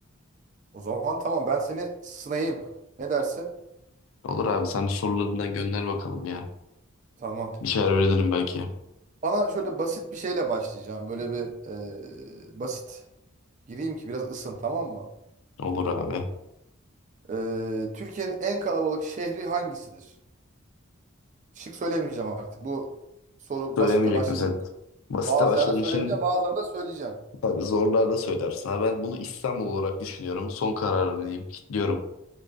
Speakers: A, on the right; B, on the left.
A: O zaman tamam ben seni sınayayım. Ne dersin?
B: Olur abi sen bir sorularından gönder bakalım ya.
A: Tamam.
B: Bir şeyler öğrenirim belki.
A: Bana şöyle basit bir şeyle başlayacağım. Böyle bir e, basit gireyim ki biraz ısın tamam mı?
B: Olur abi.
A: E, Türkiye'nin en kalabalık şehri hangisidir? Şık söylemeyeceğim artık. Bu soru
B: Söylemeyecek
A: basitle başladığım
B: misin?
A: için.
B: Basite
A: Bazılarını
B: başladığın
A: söylemeyeceğim,
B: için
A: bazılarını da söyleyeceğim.
B: tabii zorlarda söylersin. Ha, ben bunu İstanbul olarak düşünüyorum. Son kararım diyeyim. Kilitliyorum.